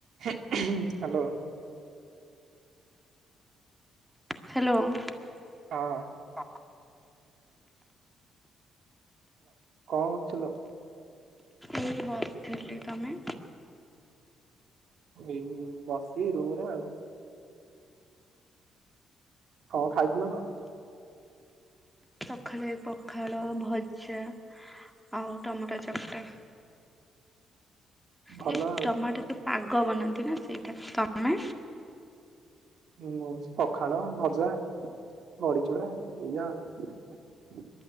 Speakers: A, on the right (about 65°); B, in the centre.
A: Hello
B: hello ହ
A: ହଁ କଣ ହଥିଲ
B: ଏହି ବ ଥିଲେ ତମେ
A: ଏ ବସି ରୋରେ ଆଉ କଣ ଖାଇଥିଲ ତ
B: କଖରେ ପଖାଳ ଭଜା ଆଉ ଟମାଟୋ ଚକଟା
A: ଭଲ
B: ସେଇ
A: ଆଉ
B: ଟମାଟୋ ଯୋଉ ପାଗ ବନାନ୍ତି ନା ସେଇଟା ତମେ
A: ହୁଁ ପଖାଳ ଭଜା ବଡିଚୁଡା ଏଇଆା ଆଉ